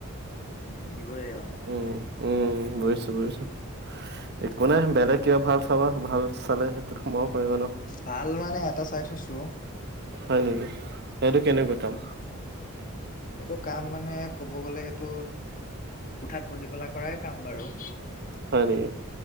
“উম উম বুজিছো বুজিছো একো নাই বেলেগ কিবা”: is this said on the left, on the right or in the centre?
Right